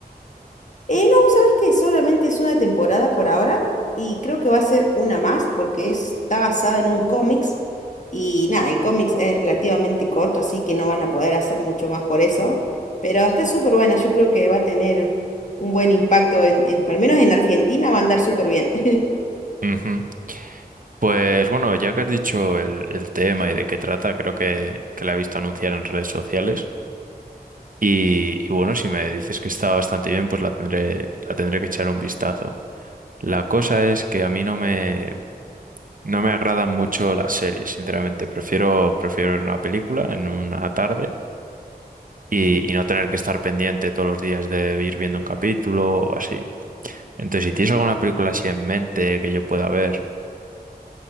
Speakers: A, on the left (about 50°); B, on the right (about 55°).
A: Eh, no, sabes que solamente es una temporada por ahora y creo que va a ser una más porque es- está basada en un cómics y nada, el cómics es relativamente corto, así que no van a poder hacer mucho más por eso, pero está súper buena, yo creo que va a tener un buen impacto en, en- al menos en Argentina va a andar súper bien. <laughs>
B: Ujú. Pues bueno, ya que has dicho el, el tema y de qué trata, creo que, que la he visto anunciar en redes sociales. Y, y bueno, si me dices que está bastante bien, pues la tendré, la tendré que echar un vistazo. La cosa es que a mí no me, no me agradan mucho las series, sinceramente. Prefiero, prefiero ver una película en una tarde y, y no tener que estar pendiente todos los días de ir viendo un capítulo o así. Entonces, si tienes alguna película así en mente que yo pueda ver,